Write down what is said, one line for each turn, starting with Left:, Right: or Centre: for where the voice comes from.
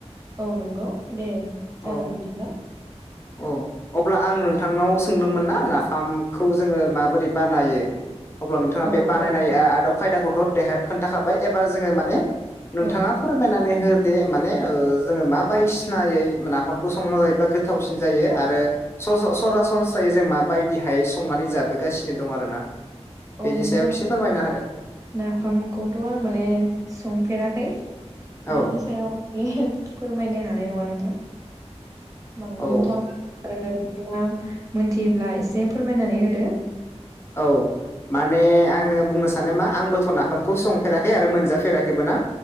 Right: औ नोंगौ दे
Left: औ
Right: जागोन बिदिब्ला
Left: औ अब्ला आं नोंथांनाव सोंदोंमोन ना नाफामखौ जोङो माबोरै बानायो अब्ला नोंथाङा
Right: औ
Left: बे बानायनाय
Right: औ
Left: आदब खायदाखौथ' दे खोन्थाखाबाय एबार जोङो माने नोंथाङा
Right: औ
Left: फोरमायनानै होदे माने ओ जोङो मा बायसिनायै मान नाफामखौ संना जायोब्ला गो गोथावसिन जायो आरो स-स-सरासनस्रायै जों मा बाय दिहाय संनानै जाबोगासिनो दं आरोना बेनि
Right: औ नोंथां
Left: सायाव एसे फोरमायना होदो
Right: नाफामखौथ' आं माने संफेराखै
Left: औ
Right: बेनि सायाव बे फोरमायनो हानाय नङा नोंथां बां
Left: औ
Right: नोंथाङा ओ नोंथाङा मोनथियोब्ला एसे फोरमायनानै होदो
Left: औ माने आङो बुंनो सानो मा आंबोथ' नाफामखौ संफेराखै आरो मोनजाफेराखैबो ना